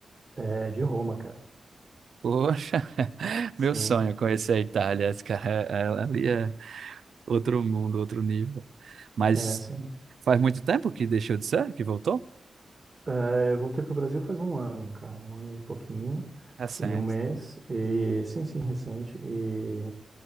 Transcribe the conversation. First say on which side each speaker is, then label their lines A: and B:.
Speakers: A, on the right; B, on the right.
A: É, de Roma, cara.
B: Poxa, <laughs>
A: Sim,
B: meu sonho é conhecer a Itália, cara. É- é- Ali é Outro mundo, outro nível. Mas
A: é, sim.
B: faz muito tempo que deixou de ser, que voltou?
A: É, eu voltei pro Brasil faz um ano, cara, um ano e pouquinho,
B: Recente.
A: e um mês, e sim, sim, recente, e,